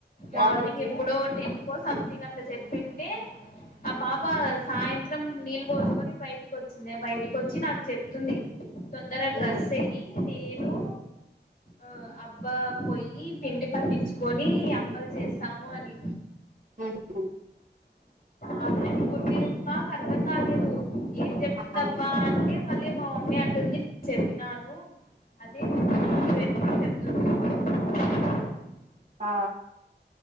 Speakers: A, on the left; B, on the right.
A: మార్నింగ్
B: ఎవరికి
A: ఎప్పుడో టెన్ కో సంథింగ్ అట్లా చెప్పింటే ఆ పాప సాయంత్రం చిం నీళ్ళు పోసుకొని బయటకి వచ్చింది బయటకి వచ్చి నాకు చెప్తుంది తొందర డ్రెస్
B: ఉమ్
A: వెయ్యి నేను ఆ అబ్బా పోయి పిండి పట్టించుకొని అప్పలు చేస్తాము అని
B: ఉహు
A: ఆ పిల్లని గుర్తి చేస మాకు అర్థం కాలేదు ఏం చెప్తుందబ్బా
B: ఆ
A: అంటే మళ్ళీ మా మమ్మీ అంటుంది చెప్పినాను అదే మీరు
B: మ్
A: పెట్టుకొని చెప్తుంది.
B: ఆ